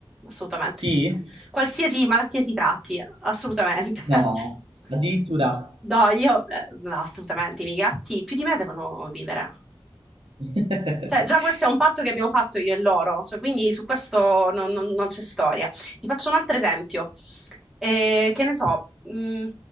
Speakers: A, in the centre; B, on the right.
A: assolutamente.
B: sì?
A: Qualsiasi malattia si tratti, assolutamente.
B: No,
A: <laughs>
B: addirittura.
A: No, io, eh, no, assolutamente, i miei gatti più di me devono vivere.
B: <laughs>
A: Cioè, già questo è un patto che abbiamo fatto io e loro, cioè, quindi su questo non, non- non c'è storia. Ti faccio un altro esempio. Eh, che ne so, mh,